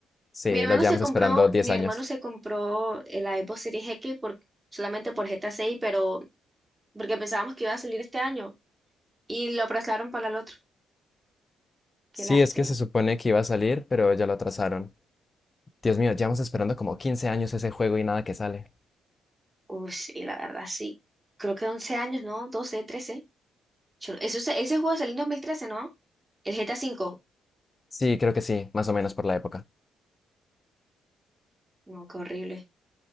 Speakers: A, on the left; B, on the right.
A: Sí,
B: Mi hermano
A: lo llevamos
B: se compró,
A: esperando 10
B: mi hermano
A: años.
B: se compró eh, la Xbox Series X por, solamente por GTA seis pero porque pensábamos que iba a salir este año y lo aplazaron para el otro. Qué
A: Sí,
B: lástima.
A: es que se supone que iba a salir, pero ya lo atrasaron. Dios mío, llevamos esperando como 15 años ese juego y nada que sale.
B: Uy, sí, la verdad, sí. Creo que 11 años, ¿no? doce, 13. Yo no- eso, se- ese juego salió en 2013, ¿no? El GTA cinco.
A: Sí, creo que sí, más o menos por la época.
B: No, qué horrible.